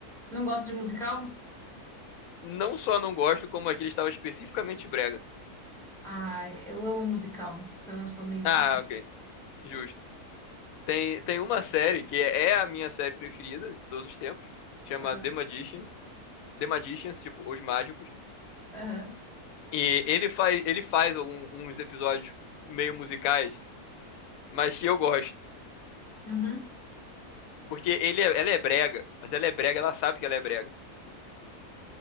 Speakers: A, in the centre; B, on the left.
A: Não gosto de musical?
B: Não só não gosto, como aquele estava especificamente brega.
A: Ah, eu amo musical. Então eu sou meio
B: Ah,
A: suspeita.
B: ok. Justo. Tem, tem uma série que é é a minha série preferida de todos os tempos. Chama
A: Aham,
B: The Magicians. The Magicians, tipo, Os Mágicos.
A: aham.
B: E ele faz, ele faz alguns episódios meio musicais mas que eu gosto.
A: Uhum.
B: Porque ele é- ela é brega, mas ela é brega, ela sabe que ela é brega.